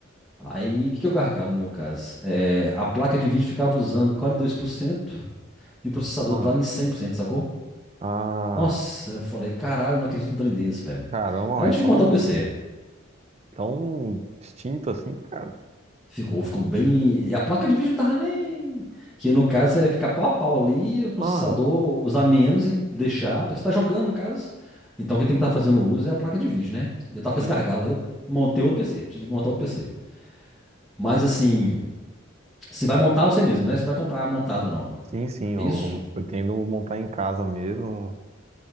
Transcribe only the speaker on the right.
Ah.
Ah.
Caramba,
então
tão, tão distinto assim, cara.
Aham.
Sim.
Sim, sim. Eu
pretendo montar em casa mesmo.